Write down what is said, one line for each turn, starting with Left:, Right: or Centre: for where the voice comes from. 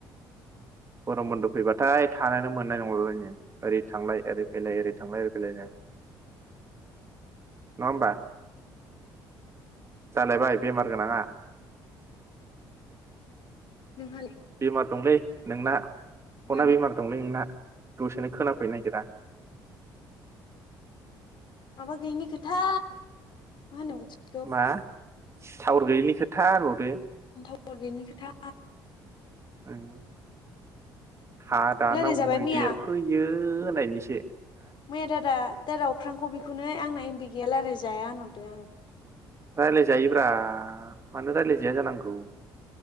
Right: गरम बन्द' फैबाथाय थानो मोननाय नंलालायङो ओरै थांलाय ओरै फैलाय ओरै थांलाय ओरै फैलायनो नङा ओमबा। जालायबाय बेमार गोनाङा
Left: नोंहालाय
Right: बेमार दंलै नोंना खना
Left: मानो
Right: बे मार दंलै नोंना दसे बेखौनो खोनाफैनो नागिरा
Left: माबा गैयिनि खोथा मानो बिदि खौ
Right: मा टावार गैयिनि खोथा होनबावदो
Left: टावार गैयैनि खोथा
Right: ओं हा दानाव
Left: रायलाय जाबाय
Right: मैदेर
Left: मैया
Right: फैयो होनायनिसो
Left: मैया दादा दादा अख्रांखौ बेखौनो आंना इमबि गैया रायलाय जाया होनहरदों आङो।
Right: राय्लायजायोब्रा मानो रायलायजाया जानांगौ